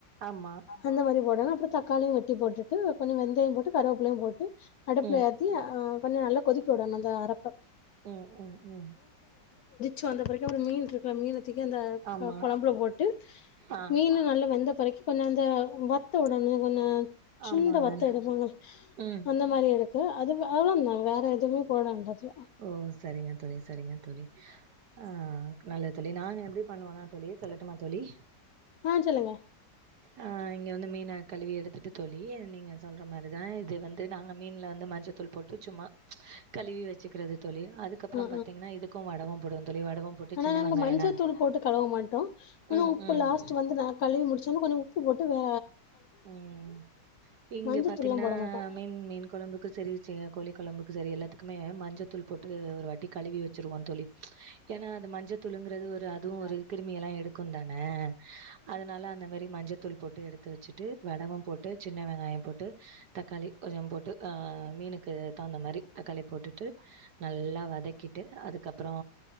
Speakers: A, on the right; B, on the left.
A: ஆமா
B: அந்த மாரி போட்டக அப்பறத் தக்காளியு வெட்டி போட்டுட்டு கொஞ்சோ வெந்தயோ போட்டு த் கரோப் எல்லா போட்டு அடுப்புல
A: ம்
B: ஏத்தி ஆ இன்னு நல்லா கொதிக்க வுடனு அந்த அறப்ப
A: ம் ம் ம்
B: சோ அந்த பரைக்கு ஒரு மீன் இருக்குல மீன்னு ப்திக்கு அந்த
A: ஆமா
B: க கொழம்புல போட்டு
A: ஆ
B: மீனு நல்ல வெந்த பிறக்கு கொஞ்சோ அந்த வத்த உடனு <unintelligible> சுண்ட
A: ஆமா
B: வத்த
A: தோழி
B: எடுவாங்க
A: ம்
B: அந்த மாரி எடுக் அது அவ்ளோந்தா வேற ஏதுவுமே போட வேண்டாது
A: ஓ சரிங்க தோழி சரிங்க தோழி ஆ நல்லது தோழி நாங்க எப்டி பண்ணுவோனா தோழி சொல்லட்டுமா தோழி
B: ஆ சொல்லுங்க
A: ஆ இங்கே வந்து மீன கழுவி எடுத்துட்டு தோழி நீங்க சொல்ற மாரிதா இது வந்து நாங்க மீன்ல வந்து மஞ்சத்தூள் போட்டு சும்மா கழுவி வச் சிக்றது தோழி அதுக்கப்றொ
B: ம் ம்
A: பாத்தீங்கன்னா இதுக்கு வடவ போடுவோ தோழி வடவம் போட்டு
B: ஆனா
A: சின்ன
B: நாங்க
A: வெங்காயம்
B: மஞ்சத்தூள்
A: ந
B: போட்டு கழுவ மாட்டோ ஆனா
A: ம்,
B: உப்பு
A: ம்.
B: லாஸ்ட் வந்து நா கழுவி முடிச்சோன்ன கொஞ்ச உப்பு போட்டு ஓ
A: உம் இங்க
B: மஞ்சத்தூள்லா
A: பாத்தீங்கன்னா
B: போட மாட்டோ
A: மீன் மீன் கொழம்புக்கு சரி சிய கோழிக் கொளம்புக்கு சரி எல்லாத்துக்குமே மஞ்சத்தூள் போட்டு ஒரு வாட்டி கலுவி வச்சருவோ தோழி ஏன்னா அது மஞ்சத்தூளுங்கிறது ஒரு அதுவு
B: மாதிரி
A: ஒரு கிருமிய எல்லா எடுக்கு தான அதனால அந்த மாரி மஞ்சத்தூள் போட்டு எடுத்து ட்டு வடவம் போட்டுச் சின்ன வெங்காயோ போட்டுத் தக்காளி கொஞ்சம் போட்டு அ மீனுக்கு தகுந்த மாரி தக்காளி போட்டுட்டு நல்லா வதக்கிட்டு அதுக்கப்றோ